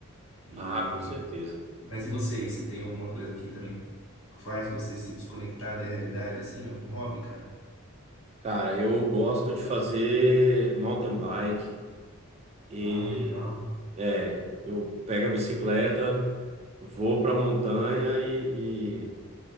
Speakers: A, on the left; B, on the right.
A: E...
B: Ah, com certeza.
A: Mas e você? E Você tem alguma coisa que também faz você se desconectar da realidade, assim? Algum hobby, cara?
B: Cara, eu gosto de fazer mountain bike e
A: Ah, legal.
B: é, eu pego a bicicleta, vou pra montanha e, e